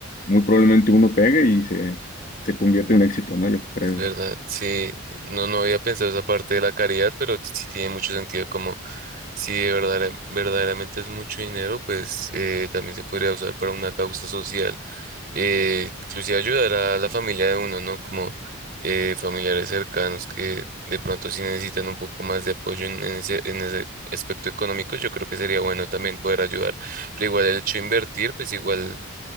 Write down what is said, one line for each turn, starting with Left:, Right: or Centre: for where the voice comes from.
Left: muy probablemente uno pegue y se, se convierte en éxito, ¿no? Yo creo.
Right: Es verdad, sí, no, no había pensado esa parte de la caridad, pero sí tiene mucho sentido como si de verdadera- verdaderamente es mucho dinero, pues eh, también se podría usar para una causa social, eh, inclusive ayudar a la familia de uno, ¿no? Como eh, familiares cercanos que de pronto sí necesitan un poco más de apoyo en, en ese, en ese aspecto económico, yo creo que sería bueno también poder ayudar, pero igual el hecho de invertir, pues igual